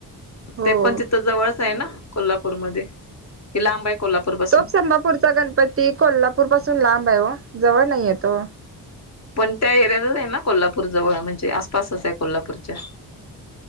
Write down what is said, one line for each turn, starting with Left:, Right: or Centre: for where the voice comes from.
Right: हो.
Left: ते पण तिथ जवळच आहे ना कोल्हापूर मध्ये कि लांब आहे कोल्हापूर? पासून
Right: तोप संभापूरचा गणपती कोल्हापूर पासून लांब आहे हो जवळ नाहीय तो.
Left: पण त्या एरिया आहे ना कोल्हापूर जवळ म्हणजे आसपासच आहे कोल्हापूरच्या.